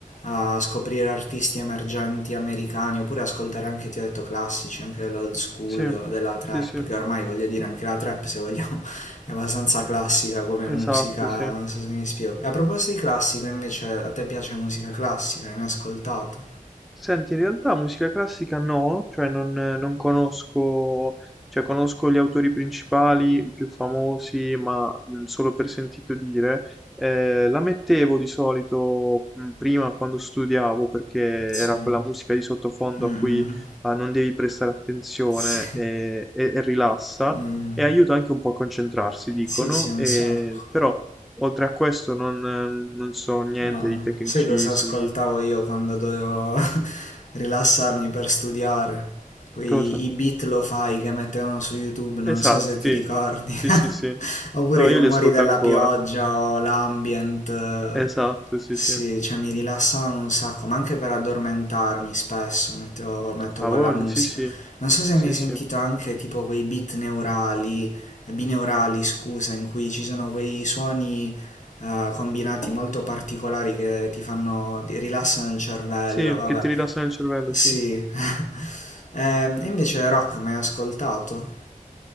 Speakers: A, on the left; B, in the centre.
A: a scoprire artisti emergenti americani oppure ascoltare anche, ti ho detto, classici, anche dell'old school,
B: Sì,
A: della trap,
B: sì, sì,
A: che ormai voglio dire anche la trap, se vogliamo, <laughs> è abbastanza classica come musica,
B: esatto, sì.
A: non so se mi spiego. E a proposito di classico, invece, a te piace musica classica, ne hai ascoltata?
B: Senti, in realtà musica classica no, cioè non, non conosco, cioè conosco gli autori principali, i più famosi, ma mh, solo per sentito dire. Eh, la mettevo di solito mh, prima quando studiavo, perché era
A: Sì.
B: quella musica di sottofondo
A: Mm,
B: a cui
A: mm.
B: ah, non devi prestare attenzione
A: Sì,
B: e, e- e rilassa,
A: mm.
B: e aiuta anche un po' a concentrarsi, dicono,
A: Sì, sì, un
B: e,
A: sacco.
B: però oltre a questo non non so niente
A: Ah,
B: di tecnicismi,
A: sai cosa ascoltavo io quando dovevo <laughs> rilassarmi per studiare? Quei,
B: cosa?
A: I beat lo-fi che mettevano su YouTube, non
B: Esatto,
A: so se
B: sì.
A: ti ricordi.
B: Sì,
A: <laughs>
B: sì, sì.
A: Oppure
B: No,
A: i
B: io
A: rumori
B: li ascolto
A: della
B: ancora.
A: pioggia o l'ambient. eh,
B: Esatto, sì,
A: Sì,
B: sì.
A: cioè mi rilassavano un sacco, ma anche per addormentarmi spesso mettevo, metto
B: Ha
A: quella
B: voglia,
A: musica.
B: sì, sì.
A: Non so se
B: Sì,
A: hai mai sentito
B: sì.
A: anche tipo quei beat neurali, eh, bineurali, scusa, in cui ci sono quei suoni eh, combinati molto particolari che ti fanno ti rilassano il cervello,
B: Sì,
A: vabbè.
B: che ti rilassano il cervello,
A: Sì.
B: sì.
A: <laughs> Ehm, invece rock mai ascoltato?